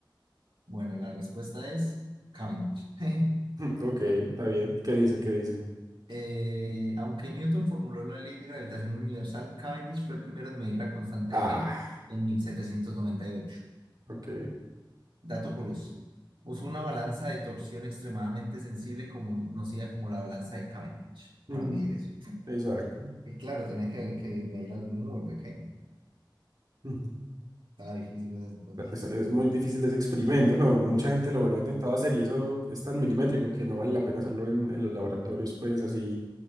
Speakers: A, on the right; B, on the right.
A: Bueno, la respuesta es Cavendish. <laughs>
B: <laughs> Ok, está bien. ¿Qué dice? ¿Qué dice?
A: Eh, aunque Newton formuló la ley de gravitación universal, Cavendish fue el primero en medir la constante
B: Ah,
A: G en 1798.
B: ok.
A: Dato curioso. Usó una balanza de torsión extremadamente sensible como- conocida como la balanza de Cavendish
B: ujú,
A: para medir eso.
B: Exacto.
A: Y claro, tenía que, que medir algo muy pequeño.
B: ujú.
A: Estaba difícil esa situ- situación.
B: Es, es muy difícil ese experimento, ¿no? Mucha gente lo, lo ha intentado hacer y eso es tan milimétrico que no vale la pena hacerlo en, en los laboratorios, pues así